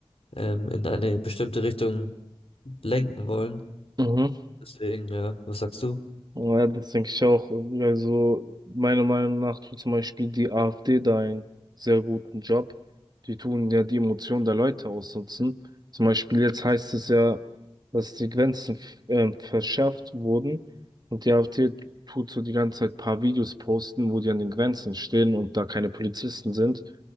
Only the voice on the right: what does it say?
mhm.
Ja, das denke ich auch. Also, meiner Meinung nach tut zum Beispiel die AfD da einen sehr guten Job. Die tun ja die Emotionen der Leute ausnutzen. Zum Beispiel jetzt heißt es ja, dass die Grenzen ähm, verschärft wurden und die AfD tut so die ganze Zeit ein paar Videos posten, wo die an den Grenzen stehen und da keine Polizisten sind.